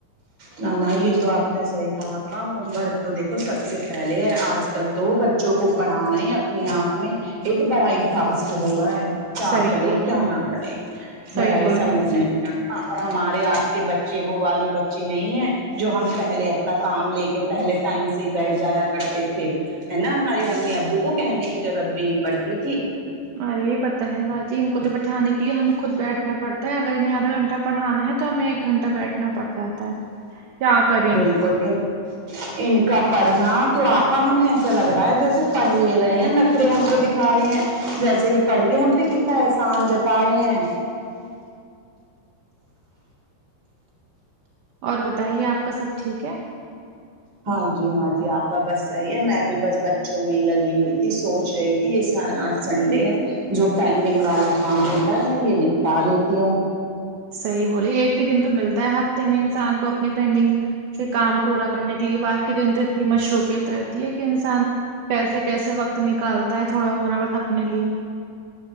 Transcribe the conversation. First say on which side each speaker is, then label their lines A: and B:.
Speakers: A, on the right (about 30°); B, on the right (about 65°).
A: نہ نہ یہ تو آپ نے صحیح کہا آپا ہوم ورک تو دیکھو سب سے پہلے ہے آج کل تو بچ بچوں کو پڑھانا ہی اپنے آپ میں ایک بڑا ہی ٹاسک ہو رہا ہے کیا
B: صحیح
A: کریں
B: بول
A: کیا
B: رہی ہیں
A: نہ کریں
B: صحیح
A: بڑا
B: بول
A: ہی
B: رہی
A: سمجھنے
B: ہیں
A: اور ہمارے آپ کے بچے وہ والے بچے نہیں ہے جو ہم پہلے اپنا کام لےکے پہلے ٹائم سے بیٹھ جایا کرتے تھے ہے نا ہماری امی ابو کو کہنے کی ضرورت بھی نہیں پڑتی تھی
B: ارے پتا ہے باجی ان کو تو بیٹھانے کے لیے ہمیں خود بیٹھنا پڑتا ہے اگر انہیں آدھا گھنٹہ پڑانا ہے تو تو ہمیں ایک گھنٹہ بیٹھنا پڑ جاتا ہے کیا کریں
A: <unintelligible> ان کا پڑھنا تو آپا ہمیں ایسا لگ رہا ہے جیسے پڑھے یہ رہے ہیں نخرے ہم کو دکھ دیکھا رہے ہیں جیسے یہ پڑھ کے ہم پے کتا احسان جاتا رہے ہیں
B: اور بتائیے آپ کا سب ٹھیک ہے
A: ہاں جی ہاں جی آپ کا بس صحیح ہے میں بھی بس بچوں میں ہی لگی ہوئی تھی سونچ رہی تھی یہ سارا سنڈے ہے جو پینڈنگ والا کام ہوتا ہے میں یہ نپٹا لیتی ہوں
B: صحیح بولیے ایک ہی دن تو ملتا ہے ہفتے میں انسان کو اپنی پینڈنگ کے کام پورا کرنے کے لیے باقی دن تو اتنی مشروفیت رہتی ہے کہ انسان کیسے کیسے وقت نکالتا ہے تھوڑا مروت اپنے لیے